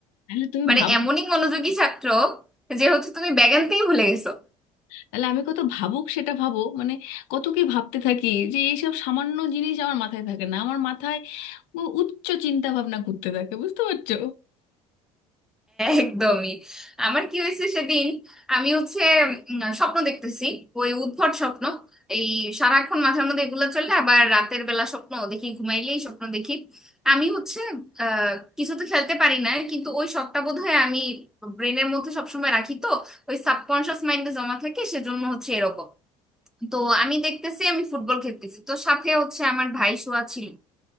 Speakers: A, on the left (about 60°); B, in the centre.
A: তাহলে তুমি
B: মানে
A: ভাবো
B: এমনই মনোযোগী ছাত্র যে হচ্ছে তুমি ব্যাগ আনতেই ভুলে গেছো
A: তাহলে আমি কত ভাবুক সেটা ভাবো মানে কত কি ভাবতে থাকি যে এইসব সামান্য জিনিস আমার মাথায় থাকে না আমার মাথায় উ- উচ্চ চিন্তা ভাবনা ঘুরতে থাকে বুঝতে পারছো
B: একদমই আমার কি হয়েছে সেদিন আমি হচ্ছে উম, স্বপ্ন দেখতেছি ওই উদ্ভট স্বপ্ন এই সারাক্ষণ মাথার মধ্যে এগুলো চলে আবার রাতের বেলা স্বপ্ন দেখি ঘুমাইলেই স্বপ্ন দেখি আমি হচ্ছে আহ কিছু তো খেলতে পারি না কিন্তু ওই শখটা বোধহয় আমি ব্রেনের মধ্যে সবসময় রাখি তো ওই সাবকনশিয়াস মাইন্ডে জমা থাকে সেজন্য হচ্ছে এরকম তো আমি দেখতেছি আমি ফুটবল খেলতেছি তো সাথে হচ্ছে আমার ভাই শোয়া ছিল